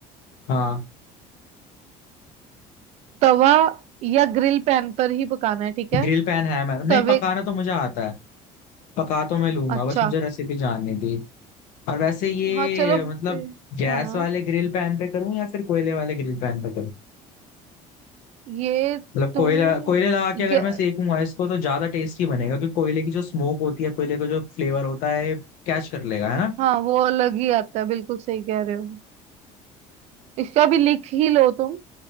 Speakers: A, on the left (about 70°); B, on the right (about 50°).
A: हाँ
B: तवा या ग्रिल पैन पर ही पकाना है ठीक है
A: ग्रिल पैन है मैं नहीं
B: तवे
A: पकाना तो मुझे आता है पका तो मैं लूंगा
B: अच्छा
A: बस मुझे रेसिपी जाननी थी और वैसे ये
B: हाँ चलो
A: मतलब
B: ए,
A: गैस
B: हाँ
A: वाले ग्रिल पैन पे करूँ या फिर कोयले वाले ग्रिल पैन पे
B: ये
A: मतलब कोयला
B: तुम
A: कोयले लगा के अगर
B: गे-
A: मैं सेकूंगा इसको तो ज्यादा टेस्टी बनेगा क्योंकि कोयले की जो स्मोक होती है कोयले का जो फ्लेवर होता है कैच कर लेगा है ना
B: हाँ वो अलग ही आता है बिल्कुल सही कह रहे हो इसका भी लिख ही लो तुम